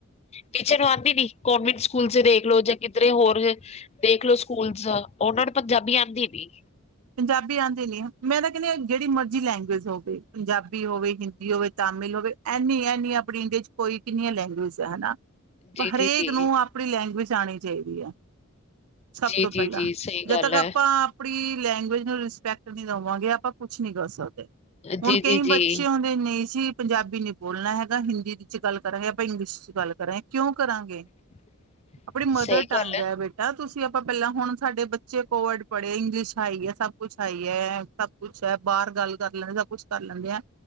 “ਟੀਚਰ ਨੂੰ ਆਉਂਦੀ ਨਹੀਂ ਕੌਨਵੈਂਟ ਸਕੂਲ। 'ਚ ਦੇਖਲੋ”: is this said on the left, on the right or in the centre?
Left